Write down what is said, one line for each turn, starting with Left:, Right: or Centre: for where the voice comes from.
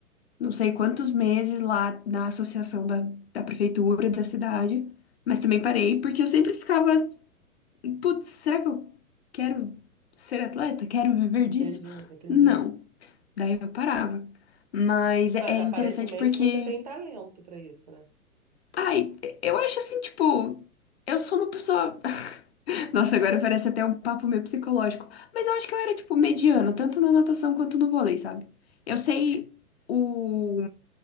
Left: não sei quantos meses lá na associação da, da prefeitura da cidade, mas também parei, porque eu sempre ficava, putz, será que eu quero ser atleta? Quero viver
Right: Entendi,
Left: disso?
Right: entendi.
Left: Não. Daí eu parava. Mas
Right: Mas
Left: é é
Right: aparentemente
Left: interessante porque,
Right: você tem talento para isso, né?
Left: ai, eu acho assim, tipo, eu sou uma pessoa. Nossa, agora parece até um papo meio psicológico. Mas eu acho que eu era, tipo, mediana, tanto na natação quanto no vôlei, sabe? Eu sei o,